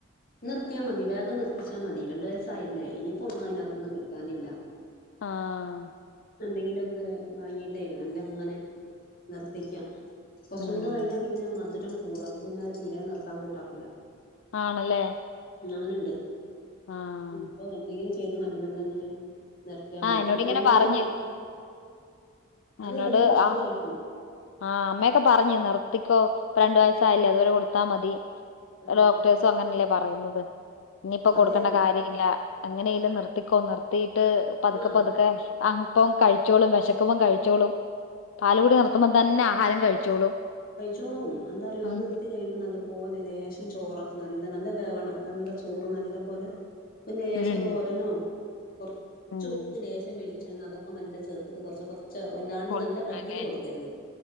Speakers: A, on the left; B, on the left.
A: നിർത്തിയാ മതി വേഗം നിർത്തിച്ചാ മതി രണ്ടു വയസ്സായില്ലേ ഇനിയിപ്പോ ഒന്നും അതിനകത്തുനിന്ന് കിട്ടാനില്ല
B: ആ
A: എന്തെങ്കിലുമൊക്കെ വാങ്ങിട്ടേ മെല്ലങ്ങനെ നിർത്തിക്കാം കുറച്ചും
B: ഉം
A: കൂടെ കഴിഞ്ഞാൽ പിന്നെ മധുരം കൂടും അപ്പൊ പിന്നെ അവര് തിരെ നിർത്താൻ കൂട്ടാക്കൂല
B: ആണല്ലേ
A: അങ്ങനുണ്ട്
B: ആഹ്
A: ഇപ്പൊ എന്തെങ്കിലും ചെയ്ത് മെല്ലെ മെല്ലെ അങ്ങനെ നിർത്തിയാ മതി
B: ആഹ് എന്നോട്
A: അത് കഴിഞ്ഞാൽന്നെ
B: ഇങ്ങനെ പറഞ്ഞ് എന്നോട്
A: കഴിഞ്ഞാൽ ഭക്ഷണം
B: ആ
A: കഴിക്കും
B: ആ അമ്മയൊക്കെ പറഞ്ഞ് നിർ ത്തിക്കോ ഇപ്പ രണ്ട് വയസ്സ് ആയില്ലേ അതുവരെ കൊടുത്താ മതി
A: ഉം
B: ഡോക്ടേഴ്സും അങ്ങനെല്ലേ പറയുന്നത്. ഇനിയിപ്പോ
A: അതെ
B: കൊടുക്കേണ്ട കാര്യം ഇല്ല എങ്ങനെലും നിർത്തിക്കോ നിർത്തി ട്ട് പതുക്കെ
A: ആഹ്
B: പതുക്കെ അപ്പം കഴിച്ചോളും വിശക്കുമ്പം കഴി ച്ചോളും പാല് കുടി നിർത്തുമ്പോ തന്നെ ആഹാരം കഴിച്ചോളും.
A: കഴിച്ചോളും എന്താറിയോ
B: ഉം
A: അത് നിർത്തി കഴിയുമ്പം നല്ല പോലെ ലേശം ചോറൊക്കെ നല്ല നല്ല വേവണം വെന്ത ചോറ് നല്ല പോലെ പിന്നെ ലേശം
B: ഉം
A: തോരനോ കുറച്ച്
B: ഉം
A: ഉപ്പ് ലേശം വെളിച്ചെണ്ണ അതൊക്കെ നല്ല ചേർത്തിട്ട് കുറച്ച് കുറ ച്ച്‌ വല്ലാണ്ട്
B: കൊടുക്കണല്ലേ
A: നല്ല കട്ടിയില് കൊടുക്കരുത്.